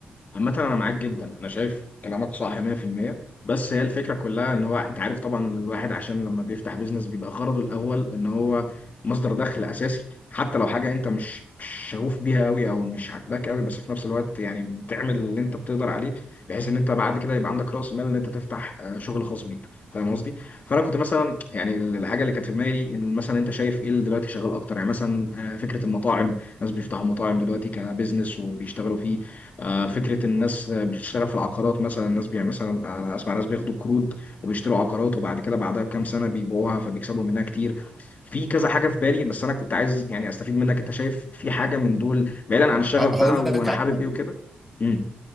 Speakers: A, on the left; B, in the centre.
A: عامة أنا معاك جدا أنا شايف كلامك صح 100% بس هي الفكرة كلها إن هو أنت عارف طبعا الواحد عشان لما بيفتح بيزنس بيبقى غرضه الأول إن هو مصدر دخل أساسي حتى لو حاجة أنت مش مش شغوف بيها أوي أو مش عاجباك أوي بس في نفس الوقت يعني بتعمل اللي أنت بتقدر عليه بحيث إن أنت بعد كده يبقى عندك رأس مال إن أنت تفتح آه، شغل خاص بيك فاهم قصدي؟ فأنا كنت مثلا يعني الحاجة اللي كانت في دماغي إن مثلا أنت شايف إيه اللي دلوقتي شغال أكتر يعني مثلا آه، فكرة المطاعم ناس بيفتحوا مطاعم دلوقتي كبزنس وبيشتغلوا فيه آه، فكرة الناس بتشتغل في العقارات مثلا الناس بي مثلا أنا أسمع ناس بياخدوا قروض وبيشتروا عقارات وبعد كده بعدها بكام سنة بيبيعوها فبيكسبوا منها كتير في كذا حاجة في بالي بس أنا كنت عايز يعني أستفيد منك أنت شايف في حاجة من دول بعيدا عن الشغف
B: ه-
A: بقى
B: هقول
A: وأنا
B: لك
A: حابب إيه وكده امم